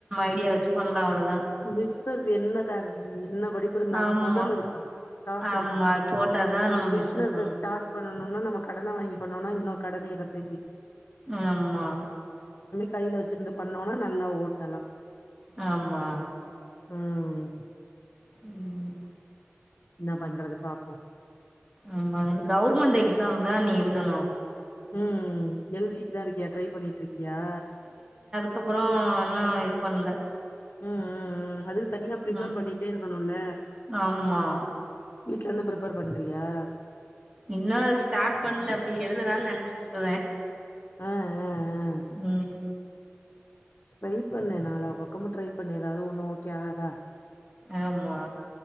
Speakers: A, on the right (about 15°); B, on the left (about 60°).
A: ஐடியா வச்சு பண்ணலா அவள
B: பிசினஸ் என்ன தாருனி என்ன படிப்பு இருந்தாலு
A: ஆமா
B: முதல் இருக்கணு காசு
A: ஆமா
B: இருக்கணு
A: அது போட்டாதா
B: ஒரு
A: நம்ம
B: பிஸ்னஸ்ச
A: பிசினஸ் பண்ண முடியு.
B: ஸ்டார்ட் பண்ண பண்ணும்னா நம கடன வாங்கி பண்னோனா இன்னு கடநேரத
A: ஆமா
B: கையில வச்சிருந்து பண்ணோனா நல்லா ஓட்டலா
A: ஆமா
B: ம்
A: ம்
B: என்ன பண்றது பாப்போ
A: ஆமாங்கந்த கவுர்மெண்ட் எக்ஸாம் தா நீ எழுதணு
B: உம் எழ்திகிட் தாருக்கியா ட்ரை பண்ணிட்ருக்கியா
A: கப்புறோ ஒண்ணு இது பண்ல
B: உம் உம் உம் அதுகு தனியா ப்ரிப்பேர்
A: ம்
B: பண்ணிட்டே இருக்கணுல்ல
A: ஆமா
B: வீட்லந்து ப்ரிப்பேர் பண்றியா
A: இன்னு அது ஸ்டார்ட் பண்ல அப்டி எழுதலான் நெனச்சிட்டுருக்குறே
B: ஆ ஆ ஆ
A: உம்
B: ட்ரை பண்ணு நாலா பக்கமு ட்ரை பண்ணு எதாது ஒண்ணு ஓகே ஆகாதா
A: ஆமா